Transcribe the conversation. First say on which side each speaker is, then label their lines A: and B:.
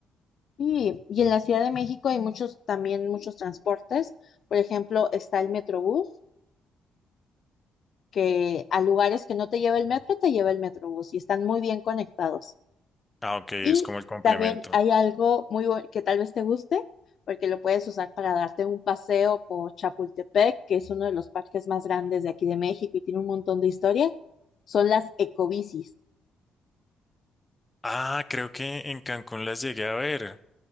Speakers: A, on the left (about 55°); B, on the left (about 15°).
A: Sí, y en la Ciudad de México hay muchos, también muchos transportes. Por ejemplo, está el Metrobús, que a lugares que no te lleva el metro, te lleva el Metrobús y están muy bien conectados.
B: Ah, ok, es
A: Y
B: como el complemento.
A: también hay algo muy bueno que tal vez te guste, porque lo puedes usar para darte un paseo por Chapultepec, que es uno de los parques más grandes de aquí de México y tiene un montón de historia. Son las ecobicis,
B: Ah, creo que en Cancún las llegué a ver. O